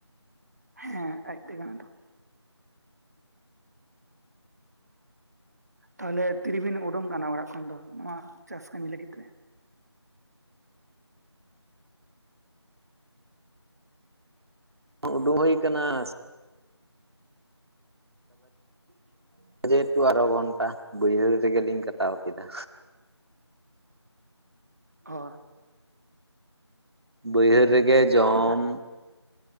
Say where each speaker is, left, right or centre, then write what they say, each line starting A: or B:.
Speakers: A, on the right (about 35°); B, on the right (about 60°).
A: ᱦᱮᱸ ᱟᱡ ᱛᱮ ᱜᱮ ᱠᱟᱱᱟ <unintelligible> ᱫᱚ ᱾ ᱛᱟᱦᱚᱞᱮ ᱛᱤᱨᱤᱵᱤᱱ ᱩᱰᱩᱝ ᱟᱠᱟᱱᱟ ᱚᱲᱟᱜ ᱠᱷᱚᱱ ᱫᱚ ᱱᱚᱣᱟ ᱪᱟᱥ ᱠᱟᱹᱢᱤ ᱞᱟᱹᱜᱤᱫ ᱛᱮ
B: ᱩᱰᱩᱠ ᱦᱩᱭ ᱟᱠᱟᱱᱟ, <inaudible>
A: <inaudible>
B: ᱡᱮᱦᱮᱛᱩ ᱟᱨᱚ <unintelligible> ᱜᱷᱚᱱᱴᱟ ᱵᱟᱹᱭᱦᱟᱹᱲ ᱨᱮᱜᱮᱞᱤᱧ ᱠᱟᱴᱟᱣ ᱠᱮᱫᱟ।
A: ᱦᱚ
B: ᱵᱟᱹᱭᱦᱟᱹᱲ ᱨᱮᱜᱮ ᱡᱚᱢ,
A: ᱫᱟᱜ